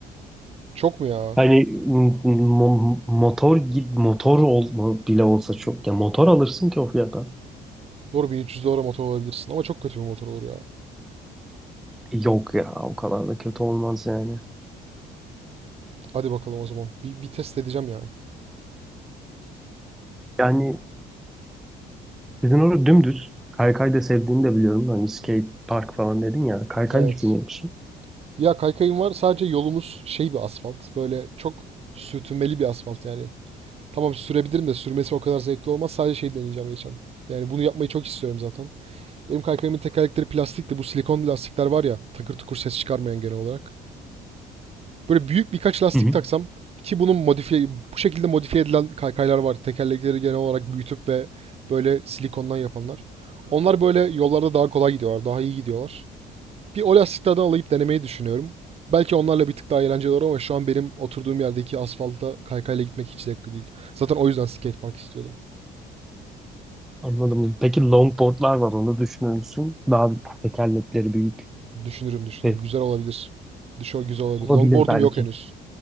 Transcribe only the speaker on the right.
Çok mu ya?
Doğru 1300 dolara motor olabilirsin ama çok kötü bir motor olur ya.
Hadi bakalım o zaman. Bir, bir test edeceğim ya.
Evet.
Ya kaykayım var. Sadece yolumuz şey bir asfalt. Böyle çok sürtünmeli bir asfalt yani. Tamam sürebilirim de sürmesi o kadar zevkli olmaz. Sadece şey deneyeceğim geçen. Yani bunu yapmayı çok istiyorum zaten. Benim kaykayımın tekerlekleri plastik de Bu silikon lastikler var ya. Takır tukur ses çıkarmayan genel olarak. Böyle büyük birkaç lastik
taksam ki bunun modifiye bu şekilde modifiye edilen kaykaylar var. Tekerlekleri genel olarak büyütüp ve böyle silikondan yapanlar. Onlar böyle yollarda daha kolay gidiyorlar, daha iyi gidiyorlar. Bir o lastiklerden alayıp denemeyi düşünüyorum. Belki onlarla bir tık daha eğlenceli olur ama şu an benim oturduğum yerdeki asfalta kaykayla gitmek hiç zevkli değil. Zaten o yüzden skatepark istiyordum.
Düşünürüm düşünürüm.
Güzel olabilir. Düşo güzel olabilir.
Longboard'um
yok henüz.